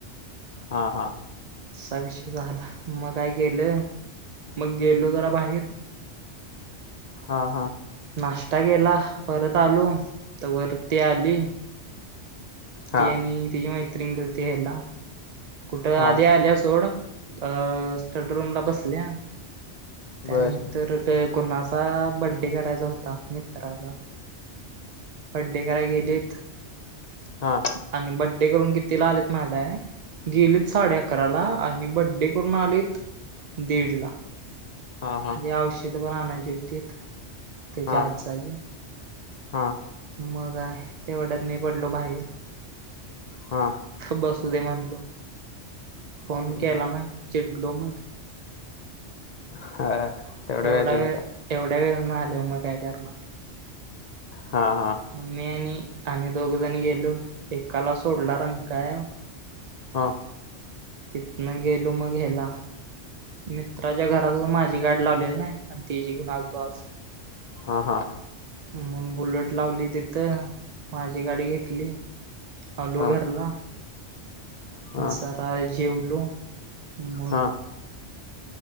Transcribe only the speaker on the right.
असा विषय झाला, मग काय गेलं मग गेलो जरा बाहेर.
नाश्ता केेला, परत आलो तवर ती आली.
ती आणि तिची मैत्रिण गेलती ह्यला कुठं
आधी आल्या सोड, अ स्टडी रूमला बसल्या. त्यानंतर
कोणाचा बड्डे करायचा होता मित्राचा. बड्डे करायला गेलीत.
आणि बड्डे करून कितीला आलेत माहित हाय? गेलीत साडे अकराला आणि बड्डे करून आलीत दीडला. म्हणजे
आवशी तेथे पण आणायची होतीत तिच्या
आजाची.
मग काय तेवढ्यात मी पडलो बाहीर.
बसून दे म्हणलो. फोन
केला
नाही चिडलो मग.
एवढा
वेळ
एवढ्या वेळानं आल्यावर मग काय करणार.
मग मी आणि आणि दोघजण गेलो. एकाला सोडला रंकाळ्यावर.
तिथनं गेलो मग घ्याला. मित्राच्या घरात माझी गाडी लावलेली नाही आणि ती जी घेऊन आलतो आज.
मग बुलट लावली तिथं, माझी गाडी घेतली, आलो
घरला.
जरा जेवलो मग